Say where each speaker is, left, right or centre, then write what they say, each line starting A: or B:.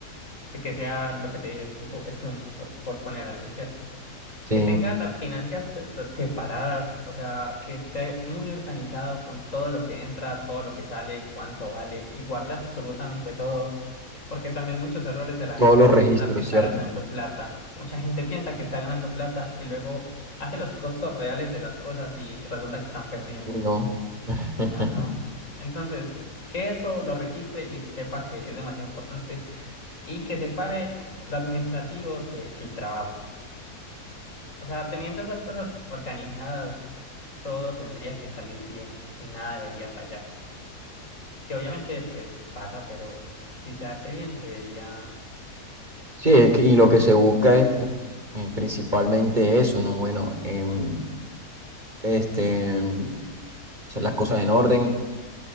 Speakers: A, on the left (about 50°); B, on the right (about 30°).
A: de que sea lo que te dije, tipo Scrum, por, por poner algo, ¿cierto?
B: Sí,
A: que tenga las finanzas se- separadas, o sea, que esté muy organizado con todo lo que entra, todo lo que sale, cuánto vale y guarde absolutamente todo, porque también muchos errores de la
B: todos
A: gente
B: los
A: es
B: registros,
A: pensar que está
B: ¿cierto?
A: ganando plata. Mucha gente piensa que está ganando plata y luego hace los costos reales de las cosas y resulta que están perdiendo.
B: Y no. <laughs>
A: Ajá. Entonces, que eso lo registre y sepa que es demasiado importante y que separe lo administrativo del trabajo. O sea, teniendo esas cosas organizadas, todo tendría que salir bien y nada debería fallar. Que obviamente, pues pasa, pero si se hace bien, debería.
B: Sí, es que- y lo que se busca es eh, principalmente eso, ¿no? Bueno, em, este, em, hacer las cosas en orden